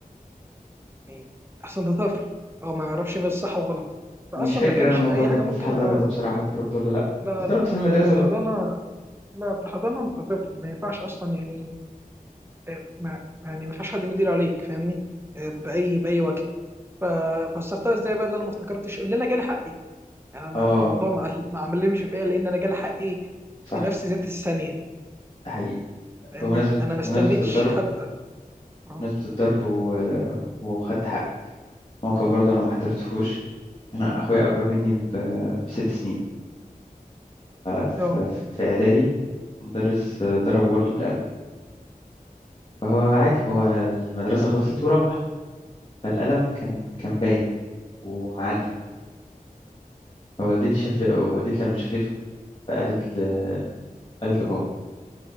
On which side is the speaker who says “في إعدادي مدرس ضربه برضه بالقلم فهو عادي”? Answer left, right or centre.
Left